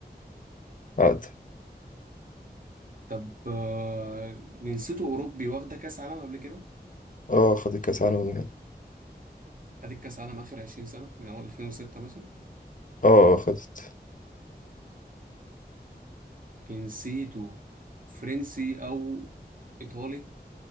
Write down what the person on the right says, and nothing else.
طب آه، جنسيته أوروبي واخدة كأس عالم قبل كده
أديك كأس عالم آخر 20 سنة من أول 2006 مثلا
جنسيته فرنسي أو إيطالي